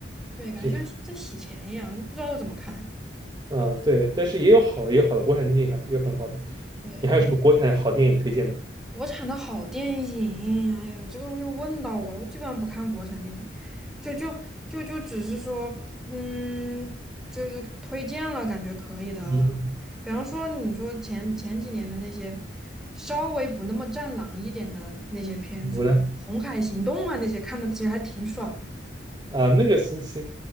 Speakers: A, in the centre; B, on the right.
A: 对，感觉像在洗钱一样，
B: 这个
A: 不知道怎么看。
B: 啊，对，但是也有好的，也有好的，国产电影还也有很好的。
A: 对，
B: 你还有什么国产好电影推荐的？
A: 就。国产的好电影，哎呀，你这个又问到我了，我基本上不看国产电影，就就就就只是说，嗯，就是推荐了感觉可以的，
B: 嗯，嗯
A: 比方说你说前前几年的那些稍微不那么战狼一点的那些片子，
B: 比如呢？
A: 像《红海行动》啊那些，看的其实还挺爽的。
B: 啊，那个星期